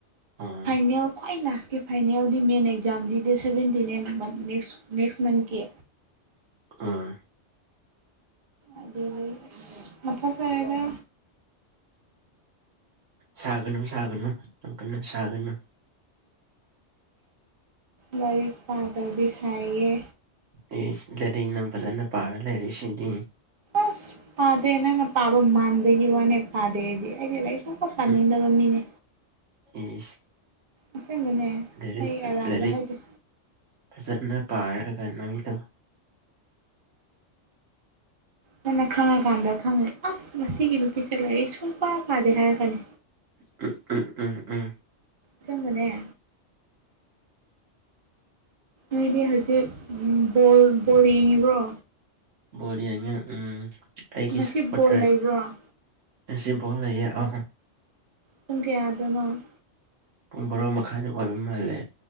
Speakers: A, on the right; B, on the right.
A: ꯎꯝ
B: ꯐꯥꯏꯅꯦꯜ ꯈ꯭ꯋꯥꯏ ꯂꯥꯁ ꯀ ꯐꯥꯏꯅꯦꯜꯗꯤ ꯃꯦꯟ ꯑꯦꯛꯖꯝꯗꯤ ꯗꯦ ꯁꯦꯚꯦꯟꯇꯤꯟ ꯑꯦ ꯅꯦꯛꯁ ꯅꯦꯛꯁ ꯃꯟꯊꯠꯀꯤ
A: ꯑ
B: ꯑꯗꯨ ꯃꯊꯥ ꯁꯔꯦꯗ
A: ꯁꯥꯒꯅꯨ ꯁꯥꯒꯅꯨ ꯀ ꯁꯥꯒꯅꯨ
B: ꯂꯥꯏꯔꯤꯛ ꯄꯥꯗ꯭ꯔꯗꯤ ꯁꯥꯏꯌꯦ
A: ꯑꯦꯗꯔꯅ ꯏꯟꯅ ꯄꯥꯔꯂ ꯔꯁꯤꯗꯤ
B: ꯑꯁ ꯄꯥꯗꯦ ꯅꯪꯅ ꯄꯥꯕ ꯃꯥꯟꯗꯒꯤ ꯋꯥꯅꯦ ꯄꯥꯗꯦ ꯑꯩꯗꯤ ꯑꯩꯗꯤ ꯂꯩ ꯄꯥꯅꯤꯡꯗꯕ
A: ꯎꯝ
B: ꯃꯤꯅꯦ
A: ꯏꯁ
B: ꯑꯁꯦꯡꯕꯅꯦ
A: ꯂꯥꯏꯔꯤꯛ
B: ꯑꯩ ꯑꯔꯥꯟꯕ
A: ꯂꯥꯏꯔꯤꯛ
B: ꯍꯥꯏꯗꯤꯦ
A: ꯐꯖꯅ ꯄꯥꯏꯔꯒ ꯅꯅ ꯇꯧ
B: ꯅꯟꯅ ꯈꯪꯉꯀꯥꯟꯗ ꯈꯪꯉꯦ ꯑꯁ ꯉꯒꯤ ꯅꯨꯄꯤꯁꯦ ꯂꯥꯏꯔꯤꯛ ꯁꯨꯡ ꯄ ꯐꯥꯗꯦ ꯍꯥꯏꯔꯛꯀꯅꯤ
A: ꯎꯝ ꯎꯝ ꯎꯝ ꯎꯝ
B: ꯆꯃꯅꯦ ꯅꯣꯏꯗꯤ ꯍꯧꯖꯤꯛ ꯕꯣꯜ ꯕꯣꯜ ꯌꯦꯡꯉꯤꯕ꯭ꯔꯣ
A: ꯑ ꯎꯝ ꯑꯩꯒꯤ
B: ꯉꯁꯤ
A: ꯁꯄꯇꯔ
B: ꯕꯣꯜ ꯂꯩꯕ꯭ꯔꯣ
A: ꯁꯕꯣꯜ ꯂꯩꯌꯦꯦ ꯑ
B: ꯄꯨꯡ ꯀꯌꯥꯗꯅꯣ
A: ꯕꯣꯔꯣ ꯃꯈꯥꯗ ꯑꯣꯏꯕ ꯃꯥꯜꯂꯦ